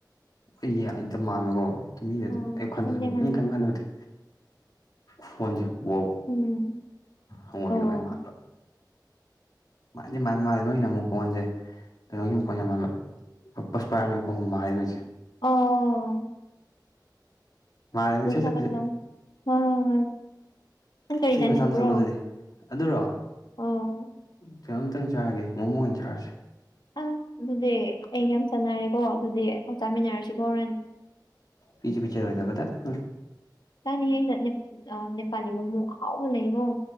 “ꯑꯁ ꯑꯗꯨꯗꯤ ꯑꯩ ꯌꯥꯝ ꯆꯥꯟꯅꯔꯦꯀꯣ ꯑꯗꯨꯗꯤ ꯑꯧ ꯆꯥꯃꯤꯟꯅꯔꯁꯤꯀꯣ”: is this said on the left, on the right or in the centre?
Left